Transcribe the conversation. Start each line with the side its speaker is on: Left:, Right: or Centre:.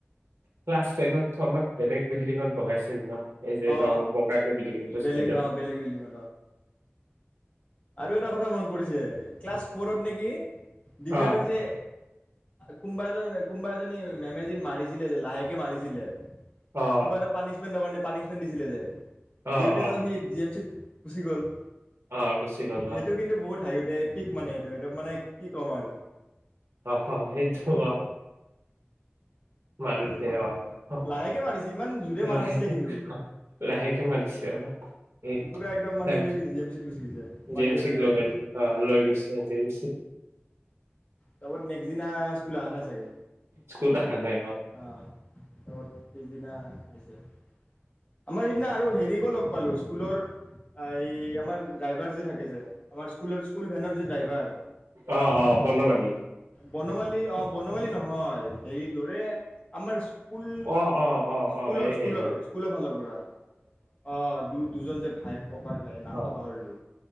Right: ক্লাছ টেনত আমাক বেলেগ বিল্ডিঙত বহাইছিল ন এই যে
Left: অ
Right: ৰং বগাকে বিল্ডিংটো
Left: বেলেগ
Right: চাইডত
Left: আহ বেলেগ বিলি ম আৰু এটা কথা মন পৰিছে ক্লাছ ফৰত নেকি ধক
Right: অ
Left: যে কোনোবা এাজ কোনোবা এজনী মেমেজী মাৰিছিলে যে লাহেকে মাৰিছিলে
Right: অ
Left: কিবা এটা পানিমেট দ পানি চনিছিলে যে
Right: অ অ
Left: ডিউটি
Right: অ
Left: এটা সি জি এম চি গুছি গ'ল
Right: অ গুচি গ'ল
Left: সেইটো কিন্তু বহুত হাই উ পিক মানে এইটো একদম মানে কি ক'ম আৰু
Right: অ সেইটো মাৰোতে
Left: এইটো
Right: আহ আহ
Left: লাহেকে মাৰিছে ইমান জোৰে মাৰা
Right: লাহেে
Left: নাছিলে কিন্তু
Right: আহ লাহেকে মাৰোছে আহ এ
Left: পুৰা
Right: তাক
Left: একদম মানে জি এম চিত গুচি গৈছে মাক
Right: জেমচিক
Left: দেউতাকে তাক
Right: লাইদে আহ লৈ গৈছে জেমচ
Left: তাৰপ নেক্সট দিনা <unintelligible> ুল অ নাই চাগে
Right: স্কুল অহা নাই
Left: অ <unintelligible> পিছদিনা হৈছে আমাৰ সেইদিনা আৰু হেৰিকো লগ পালো, স্কুলৰ এই আমাৰ ড্ৰাইভাৰ যে থাকে যে, আমাৰ স্কুলৰ স্কুল ভেনৰ যে ড্ৰাইভাৰ
Right: অ অ বনৱালী
Left: বনমালী অ বনমালী নহয় হেৰি দৰে, আমাৰ স্কুল
Right: অ অ অ
Left: স্কুলৰ
Right: অ এই
Left: স্কুলৰ
Right: হেৰি
Left: স্কুলৰ ফালৰ পৰা, অ দু দুজন যে ভায়েক ককাই ভাই নামটো
Right: অ
Left: পাহৰিলো।